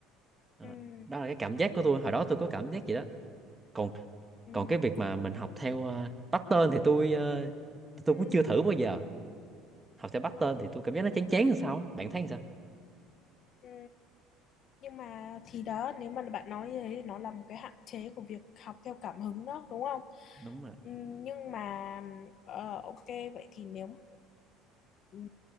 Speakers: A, on the right; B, on the left.
A: Ờ,
B: ừ
A: đó là cái cảm giác của tôi hồi đó tôi có cảm giác vậy đó còn
B: ừ
A: còn cái việc mà mình học theo uh, pattern thì tôi ờ, thì tôi
B: ừ
A: cũng chưa thử bao giờ học theo pattern thì tôi cảm giác nó chán chán làm sao á. bạn thấy làm sao
B: ừ nhưng mà thì đó nếu mà bạn nói như thế thì nó là một cái hạn chế của việc học theo cảm hứng đó đúng không
A: đúng rồi
B: Ừm, nhưng mà ờ, ok vậy thì nếu ừm,